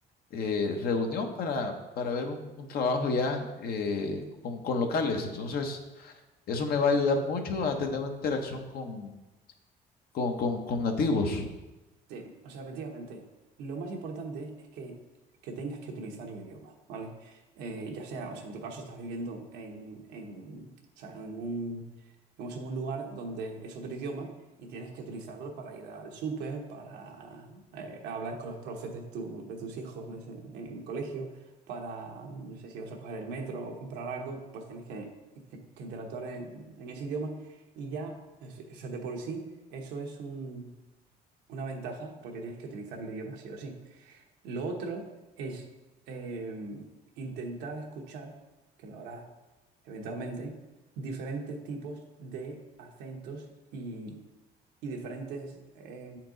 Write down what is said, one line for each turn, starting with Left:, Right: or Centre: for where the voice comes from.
Left: eh, reunión para, para ver un, un trabajo ya eh, con, con locales. Entonces... Eso me va a ayudar mucho a tener una interacción con, con, con- con nativos.
Right: Sí, o sea, efectivamente, lo más importante es que, que tengas que utilizar el idioma, ¿vale? Eh, ya sea, o sea, en tu caso estás viviendo en, en, o sea, en un, digamos, en un lugar donde es otro idioma y tienes que utilizarlo para ir al súper, para eh, hablar con los profes de, tu- de tus hijos, no sé, en, colegio, para, mm, no sé, si vas a coger el metro o comprar algo, pues tienes que, que- que interactuar en, en ese idioma y ya, o sea, de por sí, eso es un una ventaja porque tienes que utilizar el idioma sí o sí. Lo otro es eh, intentar escuchar, que lo harás eventualmente, diferentes tipos de acentos y, y diferentes eh,